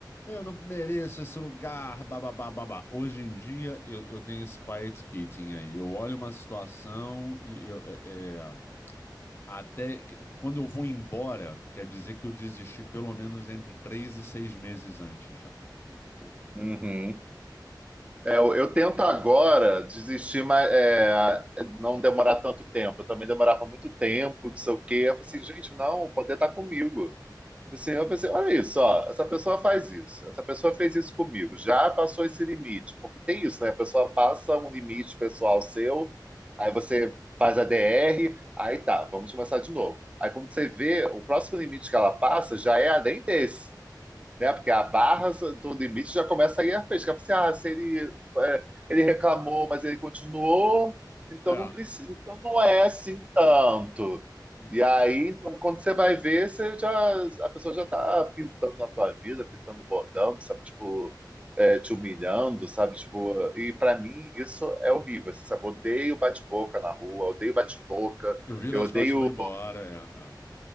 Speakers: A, on the left; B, on the right.
A: Eu não mereço esse lugar, bababá, babá. Hoje em dia eu, eu tenho esse quiet quitting aí. Eu olho uma situação e eu, é, é, até que- quando eu vou embora, quer dizer que eu desisti pelo menos entre três e seis meses antes já, entendeu?
B: Uhum. É, eu, eu tento agora desistir, mas é, não demorar tanto tempo. Eu também demorava muito tempo, não sei o quê. Eu falei assim, gente, não, poder estar comigo. Assim, eu pensei, olha isso, ó, essa pessoa faz isso, essa pessoa fez isso comigo, já passou esse limite, porque tem isso, né? A pessoa passa um limite pessoal seu, aí você faz a DR, aí tá, vamos começar de novo. Aí quando você vê, o próximo limite que ela passa já é além desse né? Porque a barra do limite já começa aí a fresca. Você, ah, se ele, é, ele reclamou, mas ele continuou, então
A: É,
B: não precisa, então não é assim tanto.
A: hum.
B: E aí, então, quando você vai ver, você já, a pessoa já tá pintando na tua vida, pintando bordão, sabe? Tipo, é, te humilhando, sabe? Tipo, e para mim isso é horrível, você sabe? Eu odeio bate-boca na rua, eu odeio bate-boca,
A: eu viro
B: eu
A: as
B: odeio
A: costas e vou embora. É, é.